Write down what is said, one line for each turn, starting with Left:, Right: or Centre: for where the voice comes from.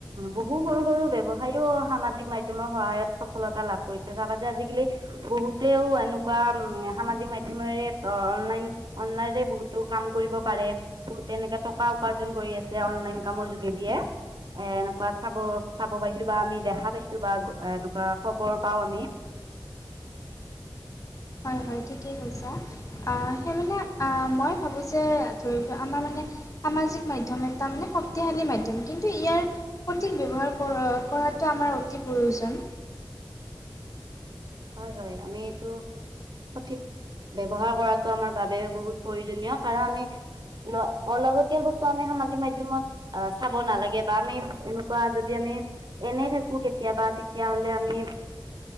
Right: বহু সৰু সৰু ব্যৱসায়ও সামাজিক মাধ্যয়মৰ সহায়ত সফলতা লাভ কৰিছে, চাবা যে আজিকালি বহুতেও এনেকুৱা উ, সামাজিক মাধ্যয়মেৰে অনলাইন অনলাইনে বহুতো কাম কৰিব পাৰে, বহুতে এনেকে টকা উপাৰ্জন কৰি আছে অনলাইন কামৰ যোগে দিয়ে। এ-এনেকুৱা চাব চাব পাইছো বা আমি দেখা পাইছো বা এনেকুৱা খবৰ পাও আমি।
Left: হয়, হয়, ঠিকেই কৈছা অ', সেই মানে মই ভাবোঁ যে ধৰি লোৱা আমাৰ মানে সামাজিক মাধ্যম এটা মানে শক্তশালী মাধ্যম কিন্তু ইয়াৰ প্ৰতীক ব্যৱহাৰ আমাৰ অতি প্ৰয়োজন।
Right: হয়, হয়, আমি এইটো সঠিক ব্যৱহাৰ কৰাটো আমাৰ বাবে বহুত প্ৰয়োজনীয় কাৰণ আমি অলাগতীয়াল বস্তু আমি সামাজিক মাধ্যয়মত অ', চাব নালাগে বা আমি এনেকুৱা যদি আমি এনেই থাকো কেতিয়াবা তেতিয়াহ'লে আমি